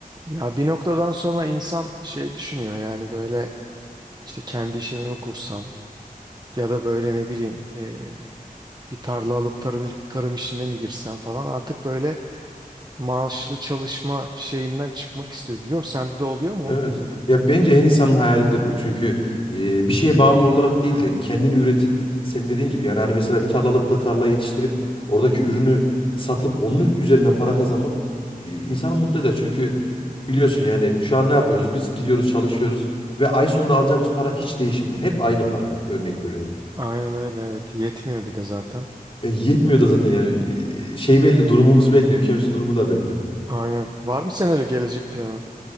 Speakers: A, on the right (about 25°); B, on the left (about 35°).
A: Ya bir noktadan sonra insan şey düşünüyor yani böyle işte kendi işimi mi kursam ya da böyle ne bileyim eee, bir tarla alıp tarım, tarım işine mi girsem falan artık böyle maaşlı çalışma şeyinden çıkmak istiyor. biliyor musun? sende de oluyor mu?
B: Evet. Ya bence en insanın hayalidir bu. Çünkü e, bir şeye bağımlı olarak değil de kendini üretip senin dediğin gibi yani hani mesela bir tarla alıp da tarla yetiştirip oradaki ürünü satıp onun üzerinden para kazanmak e, insanı mutlu eder. Çünkü biliyorsun yani şu an ne yapıyoruz? Biz gidiyoruz, çalışıyoruz ve ay sonunda alacağımız para hiç değişmiyor. Hep aynı para. Örnek veriyorum.
A: Aynen öyle evet yetmiyor bir de zaten.
B: E, yetmiyor da zaten yani e, şey belli, durumumuz belli, ülkemizin durumu da belli.
A: Aynen. Var mı sen öyle gelecek planın?